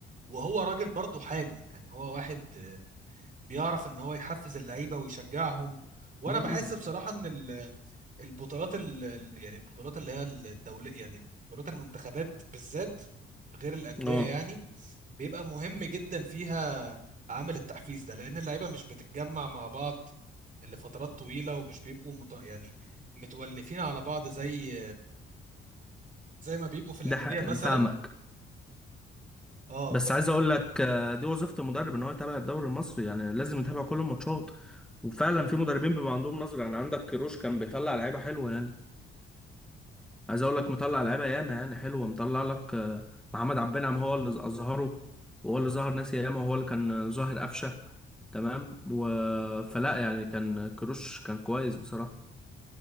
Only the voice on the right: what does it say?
وهو راجل برضه حامي يعني هو واحد آه، بيعرف ان هو يحفز اللعيبه ويشجعهم وانا
بحس بصراحه ان ال- البطولات ال- ال- يعني البطولات اللي هي الدوليه يعني بطولات المنتخبات بالذات غير الانديه
يعني بيبقى مهم جدا فيها عامل التحفيز ده لان اللعيبه مش بتتجمع مع بعض لفترات طويله ومش بيبقوا مت... يعني متولفين على بعض زي زي ما بيبقوا في الانديه
مثلا
اه